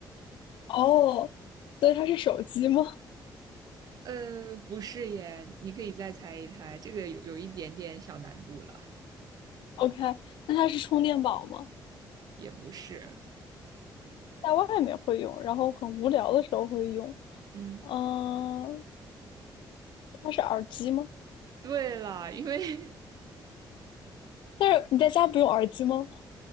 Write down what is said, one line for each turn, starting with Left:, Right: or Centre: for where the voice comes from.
Left: 哦，所以它是手机吗？
Right: 呃，不是耶，你可以再猜一猜，这个有有一点点小难度了，
Left: OK，那它是充电宝吗？
Right: 也不是。
Left: 在外面会用，然后很无聊的时候会用。
Right: 嗯，
Left: 嗯、它是耳机吗？
Right: 对了，因为
Left: 但是你在家不用耳机吗？